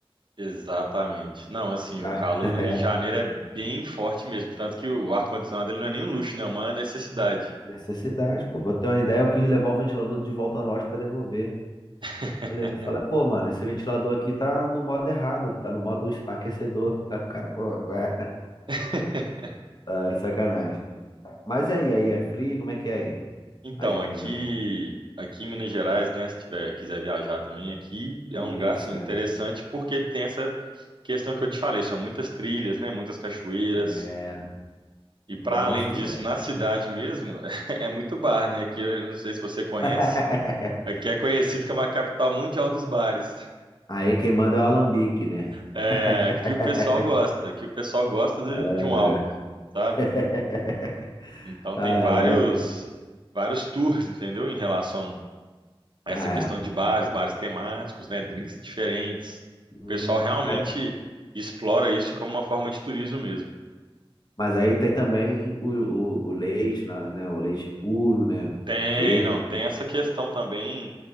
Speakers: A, on the right; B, on the left.
A: exatamente. Não, assim, o
B: Ah,
A: calor
B: <laughs>
A: no Rio
B: É,
A: de Janeiro é bem forte mesmo, tanto que o ar-condicionado ele não é nem um luxo, né? É uma necessidade.
B: necessidade, pô. Pra ter uma ideia, eu quis levar o ventilador de volta na loja pra devolver.
A: <laughs>
B: Olha, fala, pô, mano, esse ventilador aqui tá no modo errado, tá no modo aquecedor. <laughs> O cara, pô, ué,
A: <laughs>
B: ah, é sacanagem. Mas e aí, aí é frio, como é que é aí?
A: Então,
B: Aí, em
A: aqui,
B: Minas.
A: aqui em Minas Gerais, né, se tiver, quiser viajar também aqui, é
B: Isso,
A: um lugar assim interessante
B: é.
A: porque tem essa questão que eu te falei, são muitas trilhas, né, muitas cachoeiras.
B: É,
A: E para
B: gosto,
A: além disso,
B: gosto.
A: na cidade mesmo, <laughs> é muito bar, né? Aqui eu não sei se você conhece,
B: <laughs>
A: aqui é conhecido como a capital mundial dos bares.
B: Aí quem manda é o alambique, né?
A: É,
B: <laughs>
A: aqui o pessoal gosta, aqui o pessoal gosta de,
B: Ah,
A: de um álcool, sabe?
B: <laughs>
A: Então
B: ah,
A: tem vários
B: é maneiro.
A: vários tours, entendeu? Em relação essa
B: Ah,
A: questão
B: é.
A: de bares, bares temáticos, né, drinks diferentes.
B: Hum,
A: O pessoal realmente
B: mas,
A: explora isso como uma forma de turismo mesmo.
B: mas aí tem também o, o, o leite, né? né, O leite puro, né?
A: Tem,
B: Queijo.
A: não, tem essa questão também